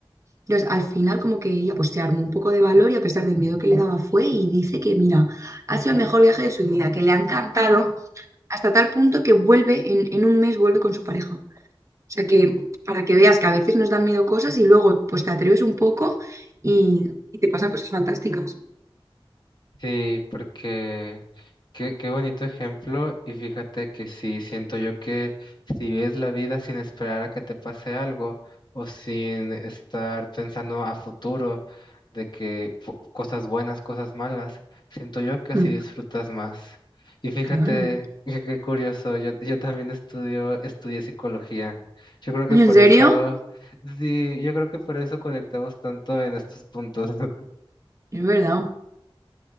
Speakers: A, on the right; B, on the left.
A: Entonces al final como que ella pues se armó un poco de valor y a pesar del miedo que le daba fue y dice que mira, ha sido el mejor viaje de su vida, que le ha encantado hasta tal punto que vuelve en, en un mes, vuelve con su pareja. O sea que para que veas que a veces nos dan miedo cosas y luego pues te atreves un poco y, y te pasan cosas fantásticas.
B: Sí, porque qué, qué bonito ejemplo y fíjate que sí, siento yo que si ves la vida sin esperar a que te pase algo o sin estar pensando a futuro de que fu- cosas buenas, cosas malas, siento yo que así
A: Mm,
B: disfrutas más. Y fíjate
A: claro.
B: <laughs> qué, qué curioso, yo, yo también estudio, estudié psicología. Yo creo que
A: ¿En
B: por
A: serio?
B: eso, sí, yo creo que por eso conectamos tanto en estos puntos. <laughs>
A: Es verdad.